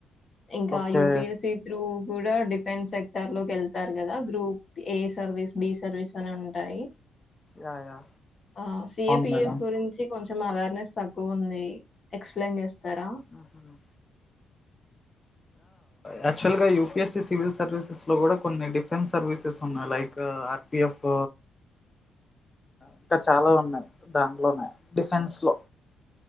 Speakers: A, on the left; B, on the left.
A: ఇంకా
B: okay
A: U P S C through కూడా డిఫెన్స్ సెక్టర్ లో కెళ్తారు కదా group A service B service అని ఉంటాయి
B: యా యా
A: ఆ సి
B: అవును
A: ఏ పి
B: మేడం
A: యఫ్ గురించి కొంచ చం అవేర్నెస్ తక్కువుంది ఎక్స్ ప్లెయిన్ చేస్ తరా
B: మ్మ్. యాక్చువల్ గా U P S C civil services లో కూడా కొన్ని డిఫెన్స్ సర్వీసెస్ ఉన్నాయి లైక్ ఆర్ పి యఫ్ ఇంకా చాలా ఉన్నాయి దానిలోనే డిఫెన్స్ లో